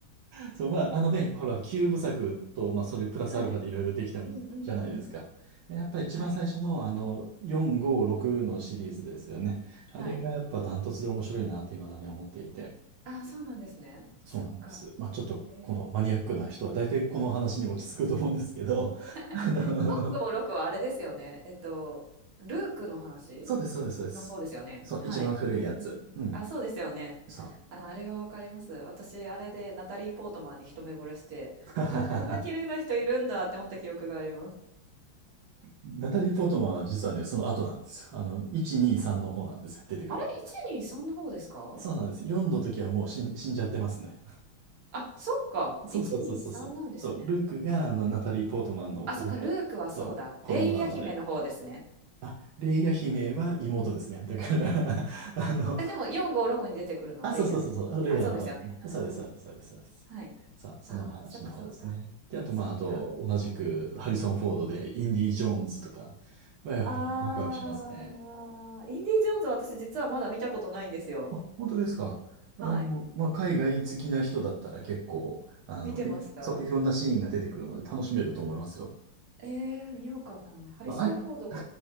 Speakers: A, on the right (about 80°); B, on the right (about 55°).
A: そう、まあ、あのね、ほら、キューブ作と、まあ、それプラスアルファでいろいろできたじゃないですか。
B: はい。うんうんうん。
A: でやっぱり一番最初の、
B: はい。
A: あの、4、
B: はい。
A: 5、6のシリーズですよね。
B: はい。
A: あれがやっぱダントツで面白いなって未だに思っていて。
B: あーそうなんですね。
A: そうなんです。
B: そっか。
A: まあ、ちょっと、
B: ええ。
A: このマニアックな人は大体この話に落ち着くと思うんですけど、<laughs> あの、
B: ええ。456はあれですよね。えっと、ルークの話？
A: そうです、そうです、そうです。
B: の方ですよね。
A: そう、
B: はい。
A: 一番古いやつ。
B: うんうんうん。
A: うん。
B: あ、そうですよね。
A: そう。
B: あ、あれはわかります。私、あれでナタリー・ポートマンに一目惚れして、
A: <laughs>
B: わあ、こんな綺麗な人いるんだって思った記憶があります。
A: ナタリー・ポートマンは実はね、その後なんですよ。あの、1、2、3の方なんですよ。出てくる。
B: あれ、123の方ですか
A: そうなんです。4の時はもう死ん、死んじゃってますね。
B: あ、そっか。
A: そうそうそうそうそう。
B: 123なんですね。
A: そう、ルークがあの、ナタリー・ポートマンの子供、
B: あ、そっか、ルークはそうだ。
A: そう、子供なので。
B: レイヤ姫の方ですね。
A: あ、レイヤ姫は妹ですね。だから <laughs> あの、
B: え、でも4、5、6に出てくるのはレイヤです。
A: あ、そうそうそうそう、レイヤの方ですね。
B: あ、そうですよね。
A: そうです、
B: うんうん。
A: そうです、そうです、そうです。
B: はい。
A: さあ、その話の方ですね。
B: ああ、そっかそっか。
A: で、あと、
B: そっか。
A: まあ、あと、同じく、ハリソン・フォードで、インディ・ジョーンズとかは、やっぱりワクワクしますね。
B: ああ、インディ・ジョーンズは私実はまだ見たことないんですよ。
A: あ、本当ですか。
B: はい。
A: あの、まあ、海外好きな人だったら結構、あの、
B: 見てますか
A: いそう、いろんなシーンが出てくるので楽しめると思いますよ。
B: えー、見ようかな。ハリソン・
A: まあ、あれ
B: フォード、
A: <laughs>